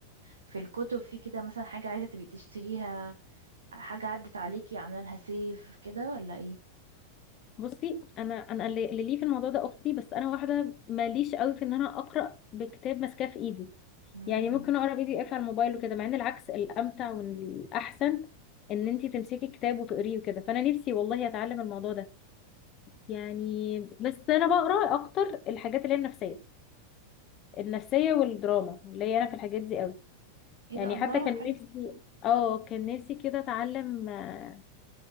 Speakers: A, on the right; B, on the left.
A: في الكتب في كده مثلا حاجة عايزة تبقي تشتريها حاجة عدت عليكي عاملة لها سيف كده ولا ايه؟
B: بصي انا انا اللي اللي ليه في الموضوع ده اختي بس انا واحده ماليش قوي في ان انا اقرا بكتاب ماسكاه في ايدي
A: مم.
B: يعني ممكن اقرا بي دي اف على الموبايل وكده مع ان العكس الامتع والاحسن ان انتي تمسكي كتاب وتقريه وكده فانا نفسي والله اتعلم الموضوع ده يعني بس انا بقرا اكتر الحاجات اللي هي النفسيه النفسية والدراما اللي هي انا في الحاجات دي قوي
A: ايه
B: يعني
A: ده الله
B: حتى كان
A: حلو
B: نفسي اه كان نفسي كده اتعلم آه،